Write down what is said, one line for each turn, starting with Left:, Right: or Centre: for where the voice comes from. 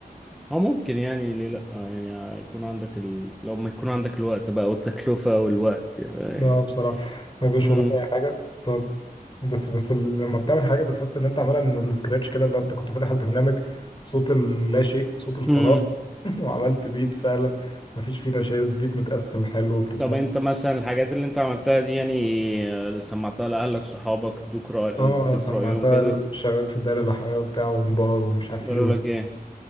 Centre: هو ممكن يعني ليه لأ يعني يكون عندك ال... لو ما يكون عندك الوقت بقى والتكلفة والوقت يبقى
Left: لا بصراحة ما بيبقاش
Centre: امم
Left: وراك أي حاجة بتقعد بس بس ال- لما بتعمل حاجة بتحس إن أنت عاملها من السكراتش كده اللي أنت كنت فاتح البرنامج صوت اللا شيء صوت الفراغ
Centre: امم
Left: <laughs> وعملت بيت فعلا مفيش فيه نشاز بيت متقسم حلو وبتسمعه
Centre: طب انت مثلا الحاجات اللي انت عملتها دي يعني آه، سمعتها لأهلك صحابك ادوك رأي
Left: اه
Centre: ادوك
Left: سمعتها
Centre: رأيهم كده
Left: الشباب في الدايرة اللي حواليا وبتاع ومبار ومش عارف
Centre: قالوا
Left: ايه وز-
Centre: لك ايه